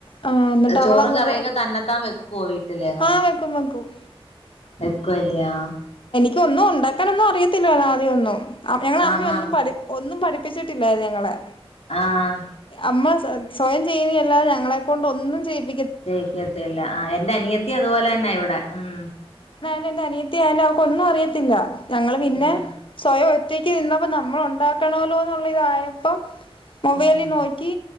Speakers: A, on the left (about 55°); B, on the left (about 85°).
A: ആ എന്നിട്ട്
B: ചോറും
A: അവളങ്ങ്
B: കറിയൊക്കെ
A: പോ
B: തന്നെത്താൻ വെക്ക് ക്ക്വ വീട്ടില്
A: ആ വെക്കും വെക്കും
B: വെക്ക്വല്ലയാ?
A: ഇതൊന്നും ഉണ്ടാക്കാനൊന്നും അറിയത്തില്ലാ ആദ്യ ഒന്നും. ഞങ്ങള
B: ആഹാ
A: അമ്മ ഒന്നും പഠി ഒന്നും പഠി പ്പിച്ചിട്ടില്ലാ ഞങ്ങളെ
B: ആഹ്
A: അമ്മ സ്വയം ചെയ്യുന്ന അല്ലാതെ ഞങ്ങളെ കൊണ്ട് ഒന്നും ചെയ്യിപ്പി
B: ചെയ്ക്കത്തില്ല. ആഹ് എന്റെ അനിയത്തി അതുപോലെ ന്നെ ഇവിടെ ഉം
A: പ്പം അനിയത്തി ആയാലും അവക്ക് ഒന്നും അറിയത്തില്ല. ഞങ്ങൾ പിന്നെ
B: ഉം
A: സ്വയം ഒറ്റ ക്ക് നിന്നപ്പോ നമ്മൾ ഉണ്ടാക്കൊണോ ലോ ഇന്നുള്ള ഇതായപ്പം മൊബൈലിൽ
B: ഉം
A: നോക്കി